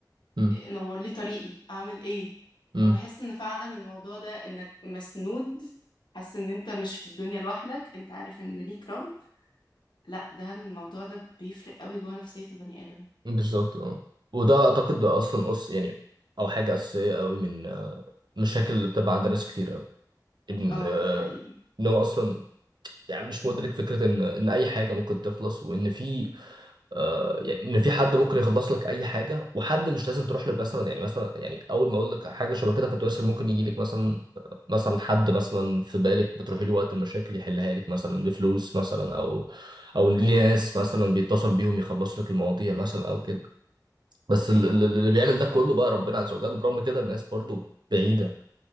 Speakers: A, on the right; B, on the left.
A: م-
B: نور لي طريقي اعمل ايه
A: م.
B: فبحس ان فعلا الموضوع ده انك مسنود حاسس ان انت مش في الدنيا لوحدك انت عارف ان ليك رب لا ده الموضوع ده بيفرق قوي جوه نفسية البني آدم
A: بالظبط اه وده اعتقد ده اصلا اس يعني او حاجه اساسيه قوي من آه، المشاكل اللي بتبقى عند ناس كتير قوي ان
B: اه
A: آه،
B: ده حقيقي
A: ان هو اصلا يعني مش مدرك فكرة إن إن أي حاجة ممكن تخلص وإن في آه يعني إن في حد ممكن يخلص لك أي حاجة وحد مش لازم تروح له مثلا يعني مثلا يعني أول ما أقول لك حاجة شبه كده فتواصل ممكن يجي لك مثلا مثلا حد مثلا في بالك بتروحي له وقت المشاكل يحلها لك مثلا بفلوس مثلا أو أو ليه ناس مثلا بيتصل بيهم يخلص لك المواضيع مثلا أو كده بس ال-
B: ايوه
A: ال- اللي بيعمل ده كله بقى ربنا عز وجل برغم كده الناس برضو بعيدة